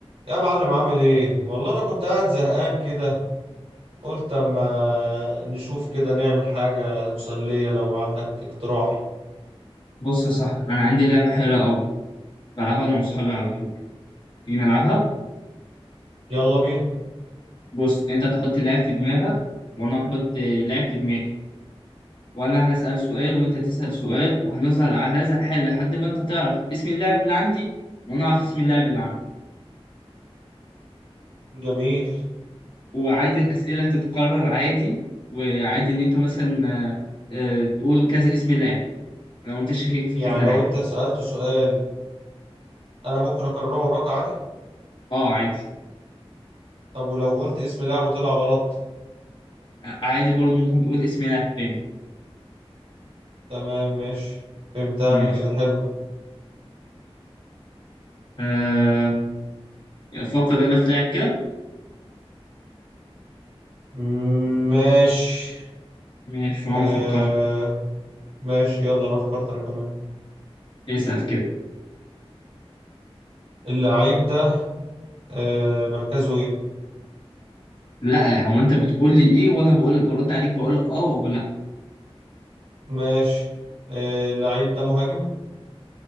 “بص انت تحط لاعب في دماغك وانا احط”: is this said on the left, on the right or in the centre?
Left